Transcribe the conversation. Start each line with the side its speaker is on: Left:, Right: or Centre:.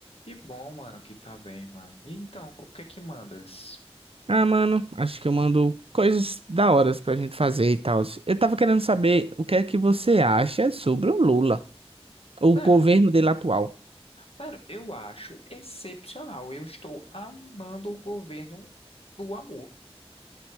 Left: Que bom, mano, que tá bem, mano. E então, o que é que mandas?
Right: Ah, mano, acho que eu mando coisas da hora pra gente fazer e tal. Eu tava querendo saber o que é que você acha sobre o Lula, o
Left: Mano,
Right: governo dele atual.
Left: mano, eu acho excepcional. Eu estou amando o governo do amor.